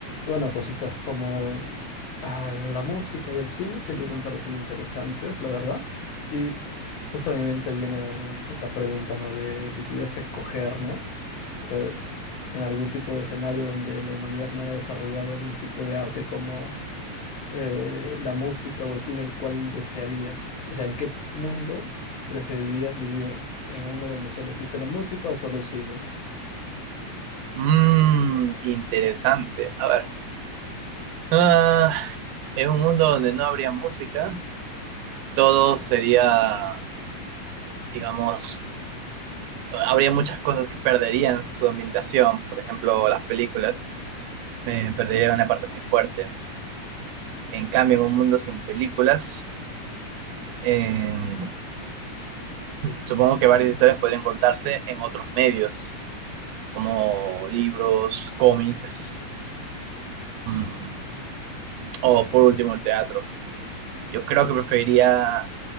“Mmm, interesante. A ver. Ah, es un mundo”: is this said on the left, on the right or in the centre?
Right